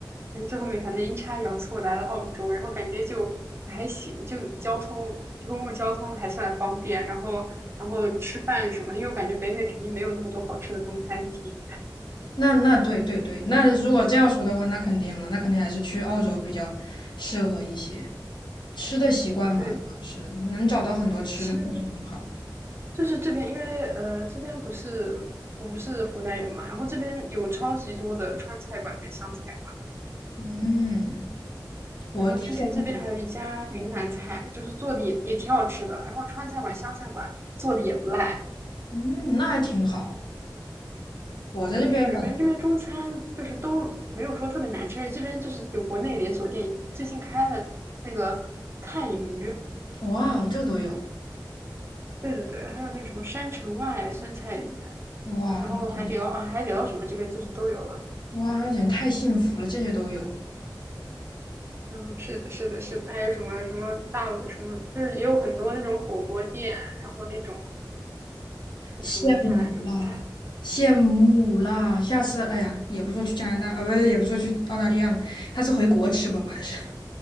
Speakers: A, on the right; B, on the left.
A: 但是最后面反正阴差阳错来了澳洲，然后感觉就还行，就交通就公共交通还算方便，然后然后吃饭什么的因为我感觉北美肯定没有那么多好吃的中餐厅。
B: 那那对对对，那如果这样说的话，那肯定了，那肯定还是去澳洲比较适合一些。吃的习惯嘛，
A: 对，
B: 主要是能找到很多吃的，
A: 吃
B: 确实很好。
A: 就是这边，因为呃这边不是我不是湖南人嘛，然后这边有超级多的川菜馆跟湘菜馆。
B: 嗯，我之前也，
A: 然后之前这边还有一家云南菜，就是做的也也挺好吃的。然后川菜馆、湘菜馆做的也不赖。
B: 嗯，那还挺好。我在这边。
A: 是，感觉这边中餐就是都没有说特别难吃，而且这边就是有国内连锁店，最近开了那个炭鱼，
B: 哇哦，这个都有，
A: 对对对，还有那个什么山城外酸菜鱼，
B: 哇，
A: 然后海底捞啊，
B: 那简直
A: 海底捞什么这边就是都有了。
B: 哇，那简直太幸福了，这些都有，
A: 嗯，是的，是的，是的，还有什么什么大碗什么，就是也有很多那种火锅店，然后那种
B: 羡慕啦，
A: 什么店来着，不太，
B: 羡慕啦，下次，哎呀，也不说去加拿大，啊，不是，也不说去澳大利亚了，下次回国吃吧，我还是，